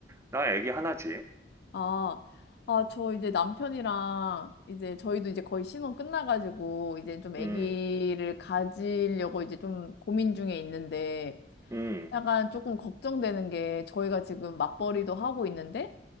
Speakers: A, on the right; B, on the left.
A: 나 애기 하나지.
B: 아, 아, 저 이제 남편이랑 이제 저희도 이제 거의 신혼 끝나가지고 이제 좀 아기를
A: 음,
B: 가지려고 이제 좀 고민 중에 있는데,
A: 음,
B: 약간 조금 걱정되는 게 저희가 지금 맞벌이도 하고 있는데